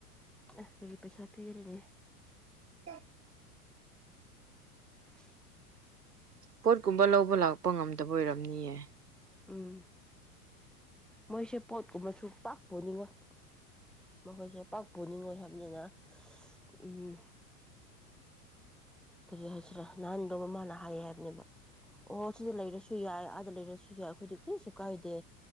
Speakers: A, in the centre; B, on the right.
A: ꯑ ꯐꯔꯤ ꯄꯩꯁꯥ ꯄꯤꯒꯅꯦ
B: ꯀ
A: <unintelligible>
B: ꯄꯣꯠꯀꯨꯝꯕ ꯂꯧꯕ ꯂꯥꯛꯄ ꯉꯝꯗꯦ ꯇꯕ ꯑꯣꯏꯔꯝꯅꯤꯌꯦ
A: ꯎꯝ ꯃꯣꯏꯁꯦ ꯄꯣꯠꯀꯨꯝꯕꯨ ꯄꯥꯛꯄꯅꯤꯡꯉꯣꯏ ꯃꯈꯣꯏꯁꯦ ꯄꯥꯛꯄꯅꯤꯡꯉꯣꯏ ꯍꯥꯏꯕꯅꯤꯅ ꯎꯝ ꯀꯔꯤ ꯍꯥꯏꯁꯤꯔꯥ ꯅꯍꯥꯟꯗꯣ ꯃꯃꯥꯅ ꯍꯥꯏꯌꯦ ꯍꯥꯏꯕꯅꯦꯕ ꯑꯣꯍ ꯁꯤꯗ ꯂꯩꯔꯁꯨ ꯌꯥꯏ ꯑꯥꯗ ꯂꯩꯔꯁꯨ ꯌꯥꯏ ꯑꯩꯈꯣꯏꯗꯤ ꯀꯔꯤꯁꯨ ꯀꯥꯏꯗꯦ